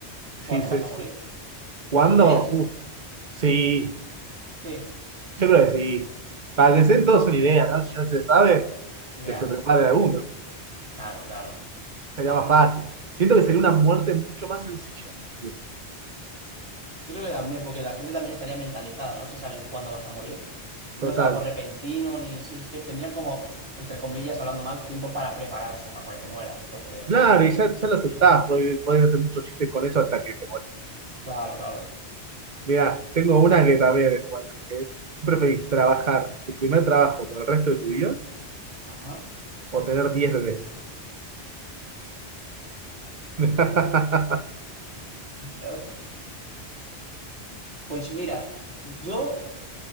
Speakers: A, on the right; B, on the right.
A: Sí,
B: cuándo
A: sí,
B: vas a
A: sí.
B: morir?
A: ¿Cuándo?
B: ¿Se lo dirías?
A: Uf, sí,
B: Sí.
A: yo creo que sí. Para que se den todos una idea, ¿no? Si ya se sabe,
B: Ya,
A: que se prepare alguno,
B: claro, claro.
A: sería
B: Vale.
A: más fácil. Siento que sería una muerte mucho más sencilla, incluso.
B: Yo creo que también, porque la gente también estaría mentalizada, ¿no? Si saben cuándo vas a morir. No
A: Total.
B: es algo repentino, ni si es que tendrían como, entre comillas, hablando mal, tiempo para prepararse para cuando te mueras. Entonces,
A: Claro, y ya, ya lo aceptás,
B: sí, sí.
A: podés, podés hacer muchos chistes con eso hasta que te morís.
B: Claro, claro.
A: Mira, tengo una que también es buena, que es, ¿qué preferís trabajar tu primer trabajo por el resto de tu vida
B: Ajá.
A: o tener 10 bebés? <laughs> A
B: Uf, Pues mira, yo